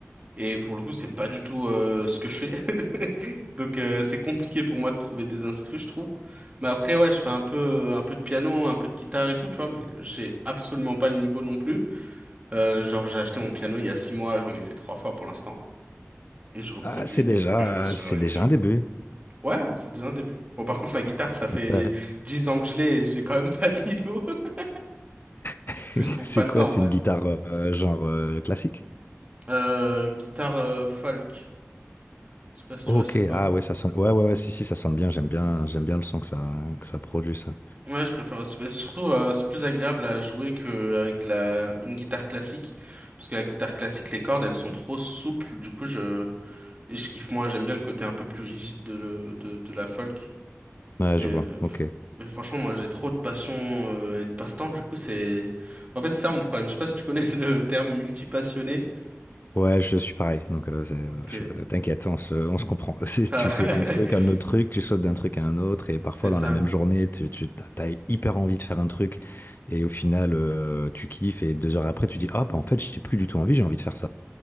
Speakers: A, on the right; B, on the left.
A: Et pour le coup, c'est pas du tout euh, ce que je fais. <laughs> Donc euh, c'est compliqué pour moi de trouver des instrus, je trouve. Mais après, ouais, je fais un peu, un peu de piano, un peu de guitare et tout, tu vois, mais j'ai absolument pas le niveau non plus. Euh, genre, j'ai acheté mon piano il y a six mois, j'en ai fait trois fois pour l'instant. Et je reproduis
B: Ah, c'est
A: des
B: déjà,
A: trucs que je vois sur
B: c'est
A: euh,
B: déjà
A: YouTube,
B: un début.
A: quoi. Ouais, c'est déjà un début. Bon, par contre, la guitare, ça fait
B: Et t'as-
A: dix ans que je l'ai, et j'ai quand même <laughs> pas le niveau, <laughs> parce
B: <laughs>
A: que je trouve
B: C'est
A: pas le
B: quoi?
A: temps,
B: C'est
A: ouais.
B: une guitare euh, genre euh, classique?
A: Euh, guitare euh, folk, je sais pas si tu
B: Ok,
A: vois c'est quoi.
B: ah ouais, ça sonne. Ouais, ouais, ouais, si, si, ça sonne bien. J'aime bien, j'aime bien le son que ça, que ça produit, ça.
A: Ouais, je préfère aussi. Mais surtout, euh, c'est plus agréable à jouer qu'avec de la... une guitare classique. Parce que la guitare classique, les cordes, elles sont trop souples. Du coup, je, et je kiffe moins. J'aime bien le côté un peu plus rigide de, le... de... de la folk.
B: Ouais,
A: Mais,
B: je
A: euh,
B: vois. Ok.
A: Mais franchement, moi, j'ai trop de passion euh, et de passe-temps. Du coup, c'est. En fait, c'est ça mon problème. Je sais pas si tu connais <laughs> le terme multipassionné.
B: Ouais, je suis pareil. Donc, euh, c'est- euh,
A: Ok.
B: je- euh, t'inquiète, on se, on se comprend. <laughs> Si
A: Ça...
B: tu fais un truc,
A: <laughs>
B: un autre truc, tu sautes d'un truc à un autre, et parfois
A: C'est
B: dans
A: ça.
B: la même journée, tu, tu t'as t'as hyper envie de faire un truc, et au final, euh, tu kiffes, et deux heures après, tu dis, ah, bah, en fait, j'ai plus du tout envie, j'ai envie de faire ça.